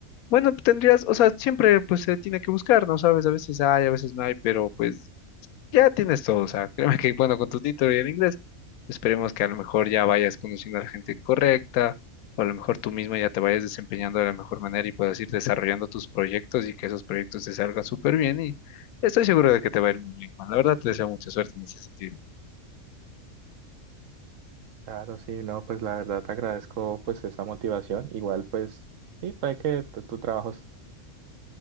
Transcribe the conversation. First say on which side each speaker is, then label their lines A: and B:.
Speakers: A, on the left (about 85°); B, on the right (about 65°).
A: Bueno, tendrías, o sea, siempre pues se tiene que buscar, ¿no? Sabes, a veces hay, a veces no hay, pero pues ya tienes todo, o sea, créeme que, bueno, con tu título y el inglés, esperemos que a lo mejor ya vayas conociendo a la gente correcta, o a lo mejor tú mismo ya te vayas desempeñando de la mejor manera y puedas ir desarrollando tus proyectos y que esos proyectos te salgan súper bien y estoy seguro de que te va a ir muy bien, Juan. La verdad te deseo mucha suerte en ese sentido.
B: Claro, sí, no, pues la verdad te agradezco pues esa motivación. Igual pues sí, puede que tu, tu trabajo